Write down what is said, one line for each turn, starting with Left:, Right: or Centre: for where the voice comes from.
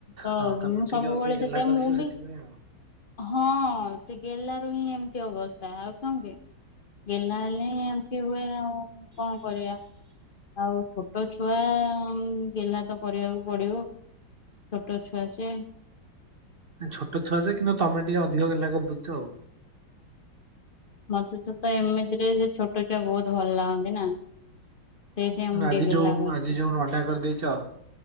Left: ତ
Right: ହଁ ତମେ
Left: ମୁଁ
Right: ଟିକେ
Left: ସବୁବେଳେ
Right: ଅଧିକ ଗେହ୍ଲା
Left: ସେତବେ
Right: କରିଛ
Left: ମୁଁ
Right: ସେଥିପାଇଁ
Left: ବି
Right: ଆଉ।
Left: ହଁ ସେ ଗେଲାରୁ ହିଁ ଏମିତି ଅବସ୍ଥା ଆଉ କଣ କି। ଗଲା ହେଲେ ହିଁ ଏମତି ହୁଏ ଆଉ କଣ କରିବା। ଆଉ ଛୋଟ ଛୁଆ ଗେଲ୍ହା ତ କରିବାକୁ ପଡିବ। ଛୋଟ ଛୁଆ ସିଏ।
Right: ଛୋଟ ଛୁଆା କିନ୍ତୁ ତମେ ଟିକେ ଅଧିକ ଗେଲ୍ହା କରିଦାଉଚ୍ ଆଉ।
Left: ମତେ ତ ତ ଏମିତିରେ ଯେ ଛୋଟ ଛୁଆ ବହୁତ ଭଲ ଲାଗନ୍ତି ନା। ସେଇଥିପାଇଁ ମୁଁ
Right: ଆଜି
Left: ଟିକେ ଗେହ୍ଲା
Right: ଯୋଉ
Left: କରିଛି।
Right: ଆଜି ଯୋଉ ନଣ୍ଡା କରିଦେଇଛ।